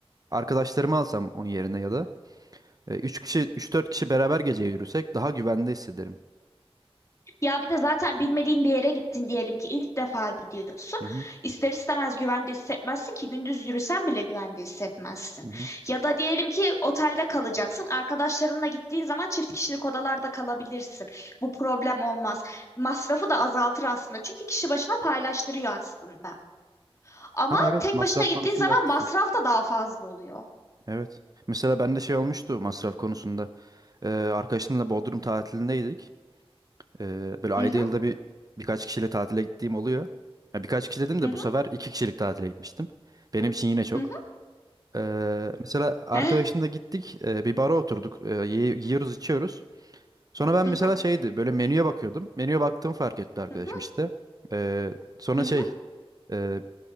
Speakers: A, on the right; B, on the left.
A: arkadaşlarımı alsam onun yerine ya da e, üç kişi üç dört kişi beraber gece yürüsek daha güvende hissederim.
B: Ya bir de zaten bilmediğin bir yere gittin diyelim ki ilk defa gidiyorsun.
A: Hı hı,
B: İster istemez güvende hissetmezsin ki gündüz yürüsen bile güvende hissetmezsin.
A: hı hı.
B: Ya da diyelim ki otelde kalacaksın. Arkadaşlarınla gittiğin zaman çift kişilik odalarda kalabilirsin. Bu problem olmaz. Masrafı da azaltır aslında. Çünkü kişi başına paylaştırıyor aslında. Ama
A: Ha evet
B: tek
A: masraf
B: başına gittiğin
A: konusunda
B: zaman
A: haklısın.
B: masraf da daha fazla oluyor.
A: Evet. Mesela bende şey olmuştu masraf konusunda. E, arkadaşımla Bodrum tatilindeydik. E, böyle ayda
B: Hı hı
A: yılda bir birkaç kişiyle tatile gittiğim oluyor. Ya birkaç kişi dedim de
B: hı hı
A: bu sefer iki kişilik tatile gitmiştim. Benim için yine çok.
B: hı hı.
A: Ee, mesela arkadaşımla
B: <laughs>
A: gittik e, bir bara oturduk e, ye- yiyoruz içiyoruz. Sonra ben
B: Hı
A: mesela
B: hı
A: şeydi böyle menüye bakıyordum. Menüye baktığımı fark etti arkadaşım
B: hı hı
A: işte. Ee, sonra
B: hı
A: şey e,